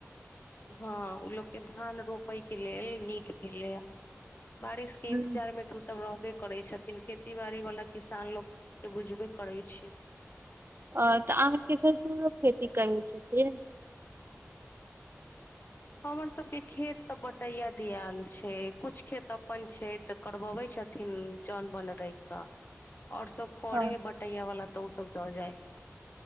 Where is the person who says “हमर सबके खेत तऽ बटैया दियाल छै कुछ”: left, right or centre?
Left